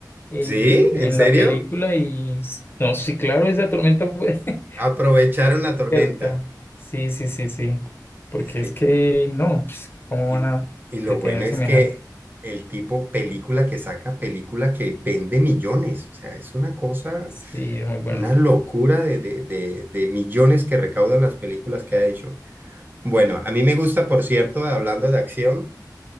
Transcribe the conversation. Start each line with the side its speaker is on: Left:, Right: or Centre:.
Left: en,
Right: ¿Sí?
Left: en
Right: ¿En serio?
Left: la película y s- no, sí, claro, esa tormenta fue <laughs>
Right: Aprovecharon la tormenta.
Left: cierta. Sí, sí, sí, sí. Porque
Right: Y es que,
Left: es que no, pues, ¿cómo
Right: y,
Left: van a
Right: y lo
Left: detener
Right: bueno es
Left: semejante?
Right: que el tipo película que saca, película que vende millones. O sea, es una cosa,
Left: Sí, es muy bueno.
Right: una locura de, de, de, de millones que recaudan las películas que ha hecho. Bueno, a mí me gusta, por cierto, hablando de acción,